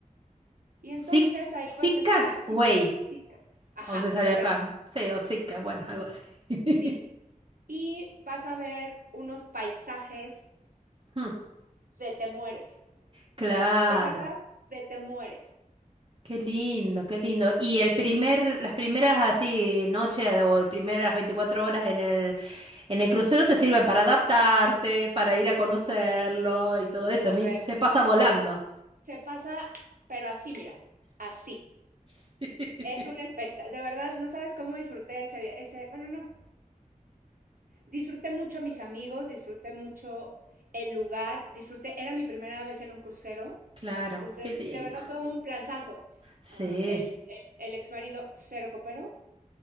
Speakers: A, on the right; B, on the right.
A: y entonces
B: Sic-
A: ahí
B: Sitka
A: vas a estar, sí,
B: Way,
A: Sitka. Ajá,
B: o me sale
A: correcto,
B: acá, sí, o Sitka, bueno, algo así. <laughs>
A: sí. Y vas a ver unos paisajes
B: Hmm,
A: de te mueres,
B: Claro,
A: de verdad, de te mueres,
B: qué lindo, qué lindo. Y el primer, las primeras así noches o las primeras 24 horas en el, en el crucero te sirven para adaptarte, para ir a conocerlo y todo eso,
A: correcto.
B: ni, se pasa volando.
A: Se pasa, pero así, mira, así.
B: <laughs> Sí.
A: Es un espectáculo, de verdad, no sabes cómo disfruté ese viaje, ese, bueno, no, disfruté mucho a mis amigos, disfruté mucho el lugar, disfruté, era mi primera vez en un crucero,
B: Claro,
A: entonces,
B: qué lindo.
A: de verdad fue un planzazo.
B: Sí.
A: Ah, el, el, el ex marido cero cooperó,